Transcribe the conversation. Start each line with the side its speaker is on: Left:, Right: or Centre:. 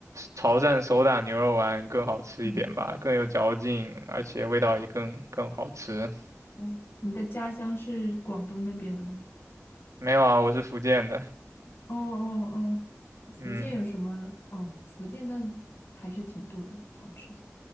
Right: 潮汕手打牛肉丸更好吃一点吧，
Left: 嗯。
Right: 更有嚼劲，而且味道也更更好吃。
Left: 哦，你的家乡是广东那边的吗？
Right: 没有啊，我是福建的。
Left: 哦哦哦，
Right: 嗯，
Left: 福建有什么？哦，福建那还是挺多的，好吃的。